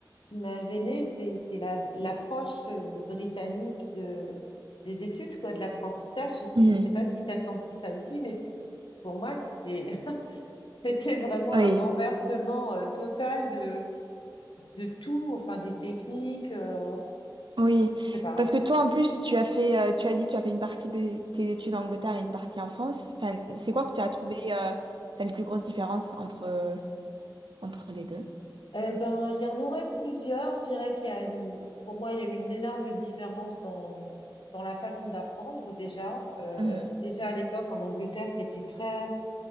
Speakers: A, on the left (about 80°); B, on the right (about 75°).
A: qui m'a gênée, c'est, c'est la, l'approche euh, britannique de, des études, quoi, de l'apprentissage. Je sais,
B: Mhm.
A: je sais pas si tu as senti ça aussi, mais pour moi, c'était, <laughs> c'était vraiment
B: Oui,
A: un renversement euh, total de, de tout, enfin, des techniques, euh,
B: oui.
A: je sais pas.
B: Parce que toi, en plus, tu as fait, euh, tu as dit, tu as fait une partie de tes études en Angleterre et une partie en France. Enfin, c'est quoi que tu as trouvé, euh, enfin, les plus grosses différences entre, euh, entre les deux?
A: Eh ben, il y en aurait plusieurs. Je dirais qu'il y a une, pour moi, il y a eu une énorme différence dans, dans la façon d'apprendre déjà. Euh,
B: Mhm.
A: déjà à l'époque, en Angleterre, c'était très,